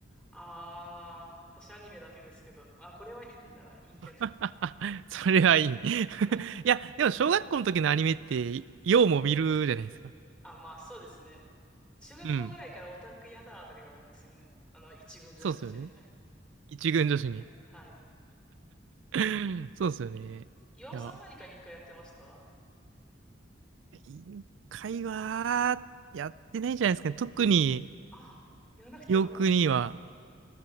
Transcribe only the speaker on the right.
<laughs> それはいい。<laughs> い
や、でも小学校の時のアニメって、ようも見るじゃないですか。
うん。
そうっすよね。
一軍女子に。
<laughs> そうっすよね。
いや、委員会はやってないんじゃないですかね。特に
記憶には、